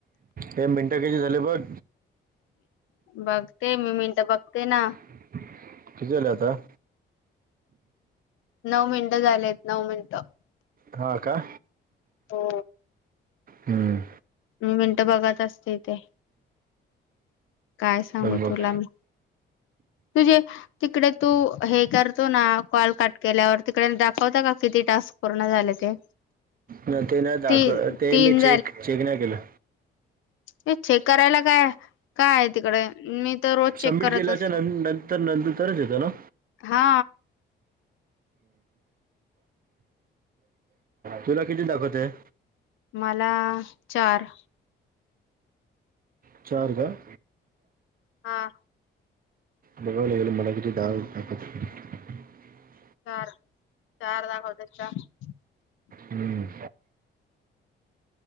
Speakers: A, on the right; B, on the left.
A: हे मिनटं किती झाले बघ..
B: बघते मी मिनट बघते ना...
A: किती झालं आता...
B: नऊ मिनटं झालेत नऊ मिनिटं...
A: हा का...
B: हो...
A: हम्म...
B: मिनटं बघत असते इथे काय सांगू
A: बघ
B: तुला
A: बघ
B: मी तुझे तिकडे तू हे करतो ना कॉल कट केल्यावर तिकडे दाखवता का किती टास्क पूर्ण झालं ते
A: न ते ना दाखव
B: तीन
A: ते
B: तीन
A: मी चेक चेक नाही केलं
B: ते चेक करायला काय काय आहे तिकडे मी तर रोज चेक
A: सबमिट
B: करत
A: केल्याच्या
B: असते
A: नं नंतर नंतरच येतं ना
B: हा
A: तुला किती दाखवत आहे
B: मला चार.
A: चार काय?
B: हां.
A: बघाव लागेल मला की डाळ <unintelligible>
B: चार चार दाखवतय चार.
A: हम्.